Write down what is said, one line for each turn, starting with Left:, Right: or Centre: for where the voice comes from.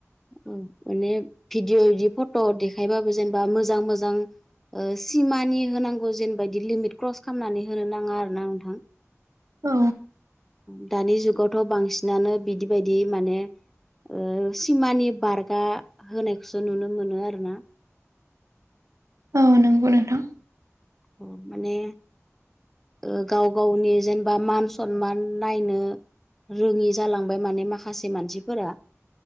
Centre: औ माने भिदिअ बिदि फट' देखायबाबो जेनेबा मोजां मोजां ओ सिमानि होनांगौ जेनेबादि लिमिट क्रस खालामनानै होनो नाङा आरो ना नोंथां।
Right: औ।
Centre: दानि जुगावथ' बांसिनानो बिदि बायदि माने ओ सिमानि बारगा होनायखौसो नुनो मोनो आरो ना।
Right: औ नंगौ नोंथां।
Centre: अ माने ओ गाव गावनि जेनेबा मान सनमान नायनो रोङि जालांबाय माने माखासे मानसिफोरा